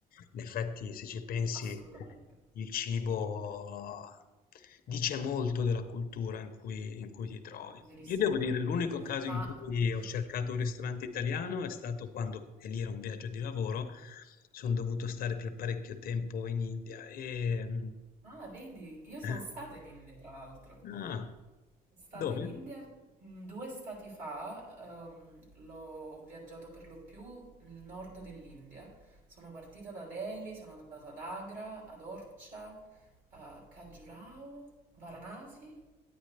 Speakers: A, on the left; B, on the right.
A: In effetti, se ci pensi,
B: Assolutamente,
A: il cibo dice molto della cultura in cui, in cui ti trovi.
B: verissimo.
A: Io devo dire, l'unico caso
B: Ma
A: in cui
B: sì.
A: ho cercato un ristorante italiano è stato quando, e lì era un viaggio di lavoro, sono dovuto stare per parecchio tempo in India e... mm,
B: Ah, vedi, io sono
A: eh,
B: stata in India, tra l'altro.
A: Ah,
B: Sono stata
A: dove?
B: in India mm, due stati fa, ehm, l'ho, ho viaggiato per lo più nel nord dell'India. Sono partita da Delhi, sono andata ad Agra, ad Orcha, a Khajuraho, Varanasi.